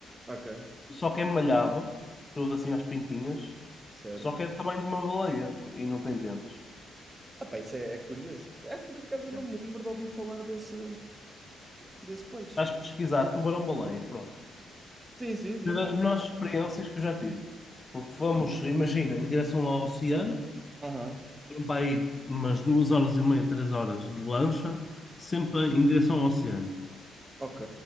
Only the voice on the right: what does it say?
Ok,
certo.
ah pá isso é, é curioso. É, por acaso eu não
me lembro de ouvir falar desse, desse peixe.
Sim, sim, sim,
vou.
Aham,
ok.